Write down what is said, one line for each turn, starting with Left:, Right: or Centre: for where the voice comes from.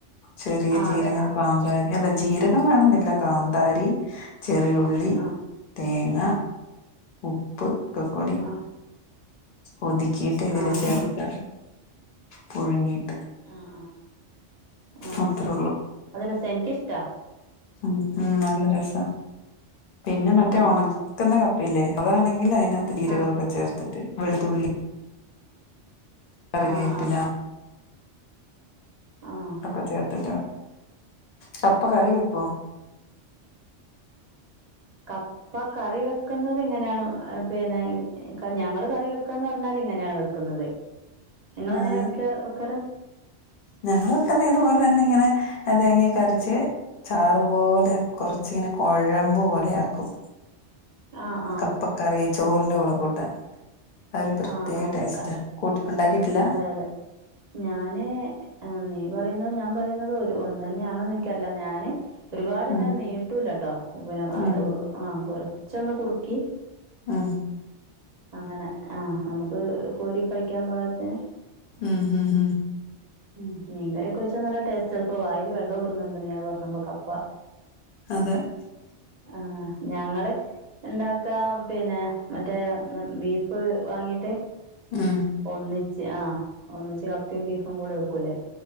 Left: ചെറിയ
Right: ആ
Left: ജീരകം
Right: അത് ആ
Left: കാന്താരി അല്ല ജീരകം വേണംന്നില്ല കാന്ത കന്താരി ചെറിയുള്ളി
Right: ആ
Left: തേങ്ങ ഉപ്പ് ക്കക്കോണ <unintelligible>
Right: ആ
Left: ഒതുക്കിയിട്ട് ഇതില്
Right: ആ ആ
Left: ചേർക്ക
Right: ആ
Left: പുഴുങ്ങിട്ട്
Right: ആഹ ആഹ ആഹ
Left: അത്രേ
Right: അത് രസം എനക്ക് ഇഷ്ടാ
Left: ഉ ഉ നല്ല രസ പിന്നെ മറ്റേ
Right: ആ
Left: ഉണക്കുന്നപ്പ
Right: ആ
Left: ന്നെ അതാണെങ്കിൽ അതിനകത്ത് ജീരകമൊക്കെ
Right: ആഹ്
Left: ചേർത്തിട്ട് വെളുത്തുള്ളി കറിവേപ്പില
Right: ആഹ് ആഹ് ആഹ്
Left: ഒക്കെ ചേർത്തട്ട കപ്പ കറി വെക്കുവ
Right: കപ്പ കറി വെക്കുന്നത് ഇങ്ങനെയാണ് പിന്നെ ഞങ്ങള്ൾ കറി വെക്കന്ന് പറഞ്ഞാല് എങ്ങനെയ വെക്കുന്നത് നിങ്ങങ്ങനെ
Left: ആഹ്
Right: വെക്ക വെക്കറ്
Left: ഞങ്ങള് വെക്കുന്ന ഇതുപോലെ തന്നെ ഇങ്ങനെ തേങ്ങി കരച്ച് ചാറുപോലെ കുറച്ച് ചച്ചിങ്ങനെ കുഴമ്പ് പോലെ ആക്കും
Right: ആഹ് ആഹ്
Left: കപ്പക്കറി ചോറിന്റെ കൂടെ കൂട്ട ആഒരു പ്രത്യേക
Right: ആഹ് ആഹ്
Left: ടേസ്റ്റ്
Right: ക
Left: കൂട്ട് ഉണ്ടാക്കിട്ടില്ല
Right: അതെ അതെ ഞാന് ആഹ് നീ പറയുന്നതു ഞാൻ പറയുന്നുന്നതു ഒരു ഒന്ന് തന്നെആണെന്ന് എനിക്കറില്ല ഞാന് ഒരുപാട്
Left: ഉം
Right: ഇങ്ങനെ നീട്ടൂലെട്ടോ ആഹ് ആപ്പാ പിന്നെ അടവ്
Left: ഉം
Right: ആഹ് കുറച്ചൊന്ന് കുറുക്കി
Left: ഉം
Right: അങ്ങനെ ആഹ് നമുക്ക് കോരി കഴിക്കാൻ പകത്തിന്
Left: മു മു മു
Right: ഉം മീൻകറികൊഴിച്ചാൽ നല്ല ടേസ്റ്റ് ഇപ്പോ വയില് വെള്ളം ഊറുന്നുണ്ട് നീ പറഞ്ഞ്പൊ കപ്പ
Left: അതെ
Right: ആഹ് ഞങ്ങള് ഉണ്ട ക്കാം പിന്നെ മറ്റേ ബീഫ് വാങ്ങീട്ട്
Left: ഉം
Right: ഒന്നി ആഹ് ഒന്നച്ച് കപ്പും ബീഫും കൂടെ വെക്കലൂ